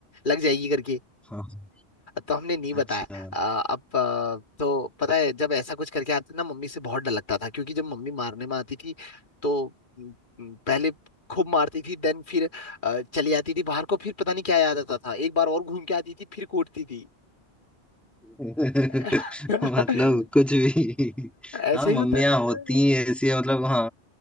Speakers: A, on the left; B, in the centre.
A: लग जाएगी करके
B: हाँ हाँ,
A: तो हमने नहीं बताया
B: अच्छा
A: अ, अब अ, तो पता है जब ऐसा कुछ करके आते ना मम्मी से बहुत डर लगता था क्योंकि जब मम्मी मारने में आती थी तो म, म, पहले खूब मारती थी देन फिर अ, चली जाती थी बाहर को फिर पता नहीं क्या याद आता था एक बार और घूम के आती थी फिर कूटती थी
B: <laughs>
A: <laughs>
B: मतलब कुछ भी हाँ
A: ऐसे ही
B: मम्मियाँ
A: होता है
B: होती है ऐसी मतलब हाँ